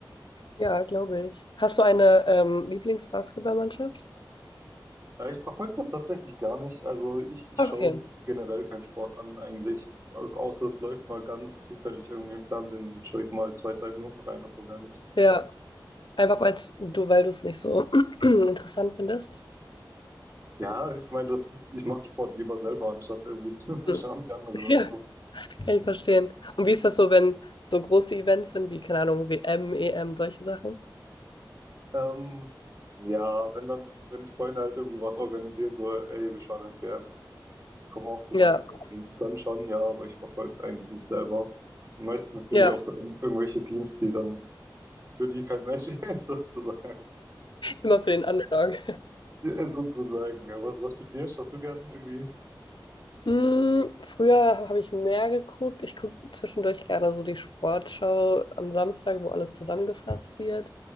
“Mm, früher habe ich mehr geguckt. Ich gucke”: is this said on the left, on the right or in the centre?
Left